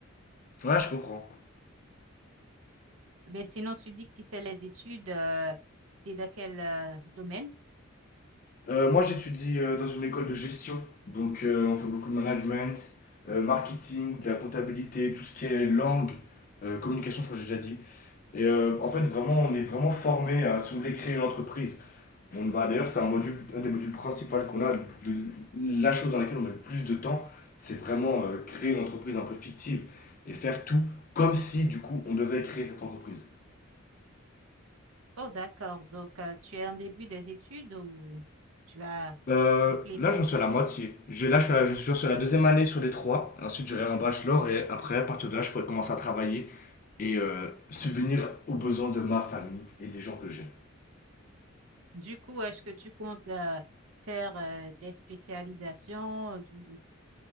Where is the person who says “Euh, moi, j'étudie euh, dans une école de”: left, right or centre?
Left